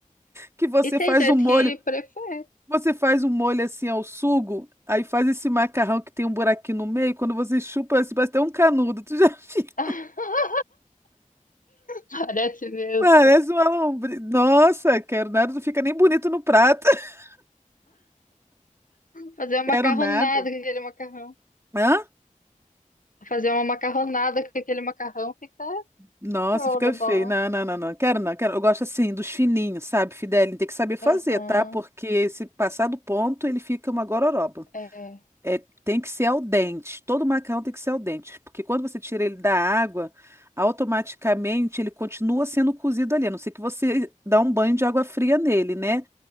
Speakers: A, on the right; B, on the left.
A: Que você
B: E tem
A: faz
B: gente
A: o molho.
B: que prefere
A: Você faz um molho assim ao sugo, aí faz esse macarrão que tem um buraquinho no meio, quando você chupa, assim, parece até um canudo. Tu já <laughs> viu?
B: <laughs> Parece mesmo.
A: Parece uma lombriz. Nossa, quero nada, não fica nem bonito no prato. <laughs>
B: fazer uma
A: Quero
B: macarronada
A: nada.
B: com aquele macarrão.
A: Hã?
B: Fazer uma macarronada com aquele macarrão fica
A: Nossa,
B: Rollerball.
A: fica feio. Não, não, não, não. Quero não, quero. Eu gosto assim dos fininhos, sabe, Fidelinho? Tem que saber fazer,
B: Aham,
A: tá? Porque se passar do ponto, ele fica uma gororoba.
B: é.
A: É, tem que ser al dente. Todo macarrão tem que ser al dente, porque quando você tira ele da água, automaticamente ele continua sendo cozido ali, a não ser que você dá um banho de água fria nele, né?